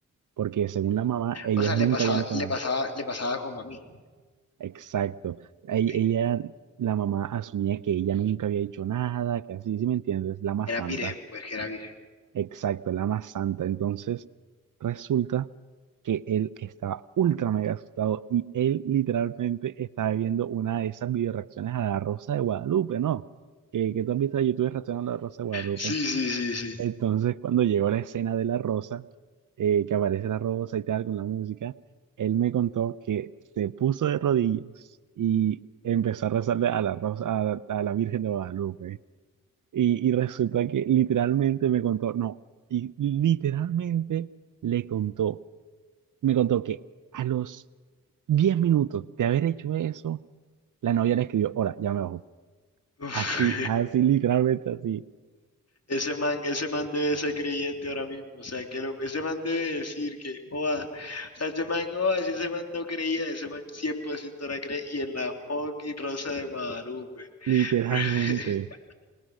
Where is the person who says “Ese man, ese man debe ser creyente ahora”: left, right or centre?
Left